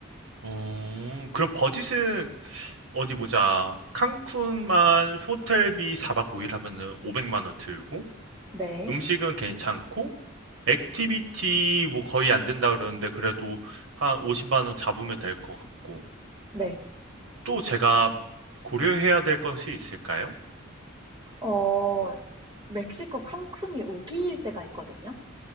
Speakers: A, on the right; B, on the right.
A: 어, 그럼 버짓은 어디 보자. 칸쿤만 호텔비 4박 5일 하면은 500만 원 들고
B: 네,
A: 음식은 괜찮고 액티비티 뭐 거의 안된다 그러는데 그래도 한 50만 원 잡으면 될 것 같고
B: 네.
A: 또 제가 고려해야 될 것이 있을까요?
B: 어, 멕시코 칸쿤이 우기일 때가 있거든요.